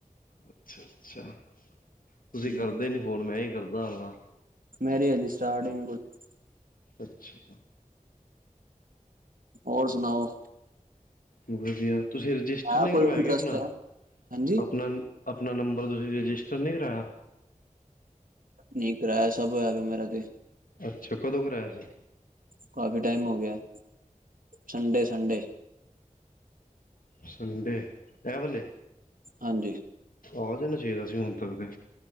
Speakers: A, on the left (about 80°); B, on the right (about 80°).
A: ਅੱਛਾ ਅੱਛਾ ਤੁਸੀਂ
B: ਹੂੰ
A: ਕਰਦੇ ਨੀ ਫੋਨ ਮੈਂ ਈ ਕਰਦਾ ਹਰ ਵਾਰ।
B: ਮੈਰੀ ਹਜੇ ਸਟਾਰਟ ਨਈ <unintelligible>
A: ਅੱਛਾ।
B: ਹੋਰ ਸੁਣਾਓ।
A: ਵਧੀਆ ਤੁਸੀਂ ਰਜਿਸਟਰ
B: ਹੈ
A: ਨਈ
B: ਕੋਈ
A: ਕਰਵਾਯਾ
B: ਇੰਟਰਸਟ
A: ਆਪਣਾ
B: ਹੈ ਹਾਂਜੀ
A: ਆਪਣਾ। ਅਪਨਾ ਨੰਬਰ ਤੁਸੀਂ ਰਜਿਸਟਰ ਨੀ ਕਰਾਇਆ।
B: ਨੀ ਕਰਾਈਆ ਸਭ ਹੋਇਆ ਮੇਰਾ ਤੇ।
A: ਅੱਛਾ ਕਦੋਂ ਕਰਾਇਆ ਸੀ
B: ਕਾਫੀ ਟਾਈਮ ਹੋ ਗਿਆ ਸੰਡੇ ਸੰਡੇ।
A: ਸੰਡੇ ਇਹ ਵਾਲੇ।
B: ਹਾਂਜੀ।
A: ਆ ਜਾਨਾ ਚਾਹੀਦਾ ਸੀ ਹੁਣ ਤੱਕ ਤੇ।